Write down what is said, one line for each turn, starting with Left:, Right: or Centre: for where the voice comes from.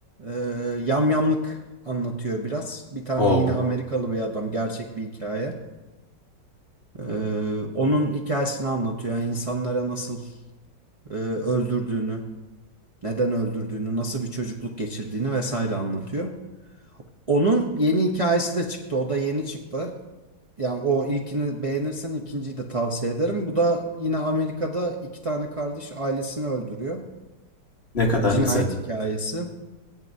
Right: Eee yamyamlık anlatıyor biraz. Bir tane
Left: O,
Right: yine Amerikalı bir adam gerçek bir hikaye. Eee, onun hikayesini anlatıyor. Yani insanlara nasıl e, öldürdüğünü, neden öldürdüğünü, nasıl bir çocukluk geçirdiğini vesaire anlatıyor. Onun yeni hikayesi de çıktı. O da yeni çıktı. Yani o ilkini beğenirsen ikinciyi de tavsiye ederim. Bu da yine Amerika'da iki tane kardeş ailesini öldürüyor.
Left: ne
Right: Bir
Left: kadar
Right: cinayet
Left: güzel.
Right: hikayesi.